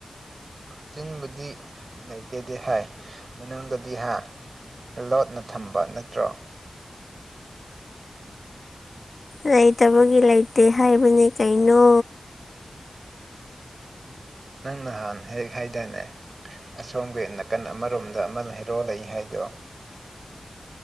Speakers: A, on the right; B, on the left.
A: ꯆꯤꯟꯕꯨꯗꯤ ꯂꯩꯇꯦꯗꯤꯦ ꯍꯥꯏ ꯃꯅꯨꯡꯗꯗꯤ ꯍꯥ ꯂꯣꯠꯅ ꯊꯝꯕ ꯅꯠꯇ꯭ꯔꯣ
B: ꯂꯩꯇꯕꯒꯤ ꯂꯩꯇꯦ ꯍꯥꯏꯕꯅꯦ ꯀꯩꯅꯣ
A: ꯅꯪ ꯅꯍꯥꯟ ꯍꯦꯛ ꯍꯥꯏꯗꯅꯦ ꯑꯁꯣꯝꯒꯤ ꯅꯥꯀꯟ ꯑꯃꯔꯣꯝꯗ ꯑꯃ ꯍꯩꯔꯣ ꯂꯩ ꯍꯥꯏꯗꯣ